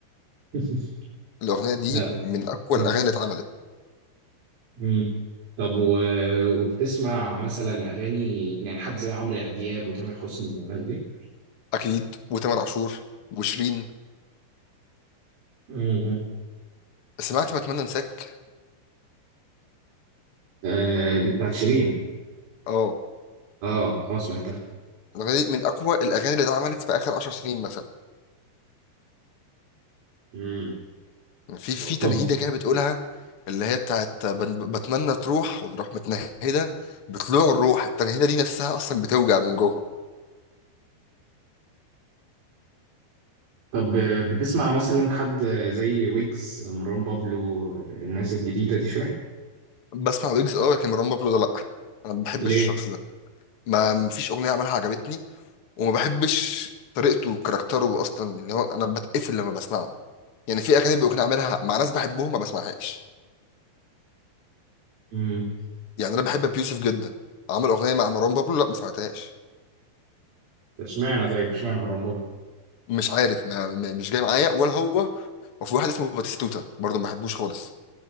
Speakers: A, on the right; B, on the left.
A: <laughs>
B: الاغنيه دي
A: لا
B: من اقوى
A: مم.
B: الاغاني اللي اتعملت
A: مم. طب و... وبتسمع مثلا اغاني يعني حد زي عمرو دياب وتامر حسني والناس دي
B: اكيد وتامر عاشور وشيرين
A: امم
B: سمعت بتمنى انساك
A: آه دي بتاعت شيرين
B: اه
A: اه اه سمعتها
B: الاغنيه دي من اقوى الاغاني اللي اتعملت في اخر 10 سنين مثلا
A: مم.
B: في في تنهيده
A: طب
B: كده بتقولها اللي هي بتاعت بن- بتمنى تروح وتروح متنهده بطلوع الروح التنهيده دي نفسها اصلا بتوجع من جوه
A: طب بتسمع مثلا حد زي ويجز مروان بابلو الناس الجديدة دي شوية
B: بسمع ويجز اه لكن مروان بابلو ده لا انا ما بحبش
A: ليه؟
B: الشخص ده ما مفيش اغنيه عملها عجبتني وما بحبش طريقته وكاركتره اصلا اللي هو انا بتقفل لما بسمعه يعني في اغاني بيكون عاملها مع ناس بحبهم ما بسمعهاش
A: امم
B: يعني انا بحب ابيوسف جدا عمل اغنيه مع مروان بابلو لا ما سمعتهاش
A: اشمعنى طيب اشمعنى مروان بابلو؟
B: مش عارف ما ما- مش جاي معايا ولا هو وفي واحد اسمه باتيستوتا برضه ما بحبوش خالص